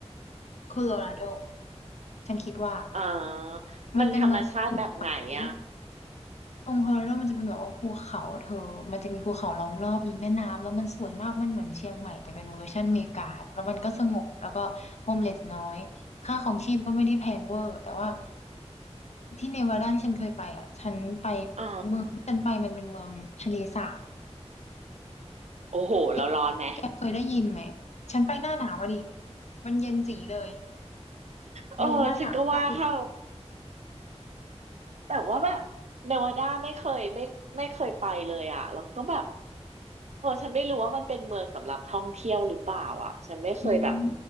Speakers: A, on the left (about 70°); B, on the right (about 75°).
A: โคโลราโดฉันคิดว่า
B: เออมันธรรมชาติแบบไหนอ่ะ
A: มันเป็นเมืองภูเขาตรงโคโลราโดมันจะเป็นแบบว่าภูเขาเธอมันจะมีภูเขาล้อมรอบมีแม่น้ำแล้วมันสวยมากมันเหมือนเชียงใหม่แต่เป็นเวอร์ชันอเมริกาแล้วมันก็สงบแล้วก็โฮมเลสน้อยค่าของชีพก็ไม่ได้แพงเวอร์แต่ว่าที่เนวาดาที่ฉันเคยไปอ่ะฉันไป
B: เออ
A: เมืองที่ฉันไปมันเป็นเมืองทะเลสาบ
B: โอ้โหเราร้อนไหม
A: แกแกเคยได้ยินไหม ฉันไปหน้าหนาวอะดิ มันเย็นจีเลย
B: เออฉันก็ว่าถ้า
A: ลงว่ายน้ำไม่ได้เลย
B: แต่ว่าแบบเนวาดาไม่เคยไม่ไม่เคยไปเลยอ่ะแล้วก็แบบโอ้ฉันไม่รู้ว่ามันเป็นเมืองสำหรับท่องเที่ยวหรือเปล่าอ่ะฉันไม่เคยแบบ
A: อืม